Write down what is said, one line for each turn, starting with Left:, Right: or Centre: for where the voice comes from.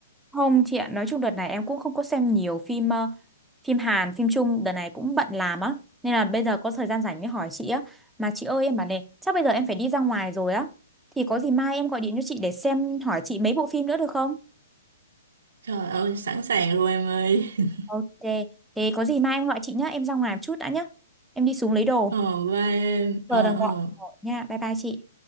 Centre: Không chị ạ, nói chung đợt này em cũng không có xem nhiều phim ờ, phim Hàn, phim Trung, đợt này cũng bận làm á. Nên là bây giờ có thời gian rảnh mới hỏi chị á. Mà chị ơi em bảo này, chắc bây giờ em phải đi ra ngoài rồi á. Thì có gì mai em gọi điện cho chị để xem hỏi chị mấy bộ phim nữa được không?
Right: Trời ơi, sẵn sàng rồi em ơi. <laughs>
Centre: Ok, thế có gì mai em gọi chị nhá, em ra ngoài một chút đã nhá. Em đi xuống lấy đồ.
Right: Ờ, vai em.
Centre: Giờ
Right: Ờ,
Centre: đang
Right: ờ.
Centre: gọi gọi nha, bye bye chị.